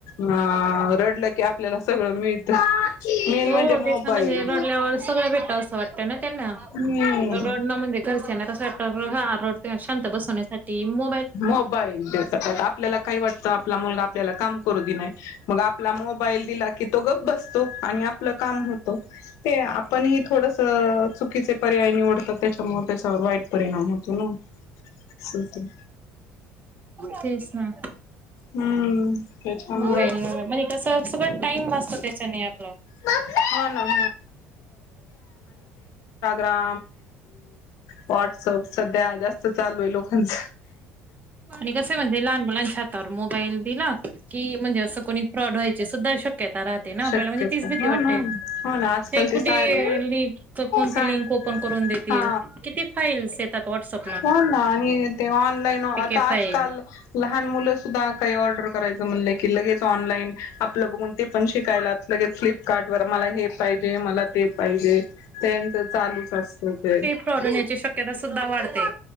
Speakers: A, on the left (about 70°); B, on the right (about 30°).
A: अ रडलं की, आपल्याला सगळं मिळत. मेन
B: हो,
A: म्हणजे मोबाईल
B: तेच ना म्हणजे रडल्यावर सगळं भेटतं असं वाटतं ना त्यांना
A: हम्म
B: रडन. म्हणजे घरच्या ना तसं वाटतं बार हा रडतोय शांत बसवण्यासाठी मोबा ''--''
A: मोबाईल देतात आता आपल्याला काही वाटतं आपला मुलगा आपल्याला काम करू दे नाही. मग आपला मोबाईल दिला की, तो गप बसतो आणि आपलं काम होतं. ते आपण ही थोडसं चुकीचे पर्याय निवडतो त्याच्यामुळे त्याच्यावर वाईट परिणाम होतो. त ना, असं हुतय.
B: तेच ना.
A: हम्म त्याच्यामुळं
B: मोबाईल म्हणजे कस सगळं टाइम वाचतं त्याच्याने आपलं.
A: हो ना, हो ना, व्हॉट्सअप सध्या जास्त चालूय लोकांच.
B: आणि कसे म्हणतील. लहान मुलांच्या हातावर मोबाईल दिला की, म्हणजे असं कोणी फ्रॉड व्हायचे सुद्धा शक्यता राह. ना आपल्याला
A: शक्यता
B: म्हणजे तीच भीती
A: हो
B: वाटते
A: ना हो ना आजकाल
B: हे
A: ते
B: कुठे
A: साहेब
B: लिंक कोणती
A: साहेब
B: लिंक ओपन करून दे. तील
A: हा
B: किती फाईल्स येतात वाट्सअप.
A: हो ना, आणि ते ऑनलाईन आता
B: के
A: आजकाल
B: फाईल
A: लहान मुलं सुद्धा काही ऑर्डर. करायच म्हनलं की लगेच ऑनलाईन आपलं बघून ते पण शिकायलाच लगेच फ्लिपकार्ट वर मला हे. पायजे मला ते पायजे तंच चालूच असत ते.
B: फ्रोड होण्याची शक्यता सुद्धा वाढते.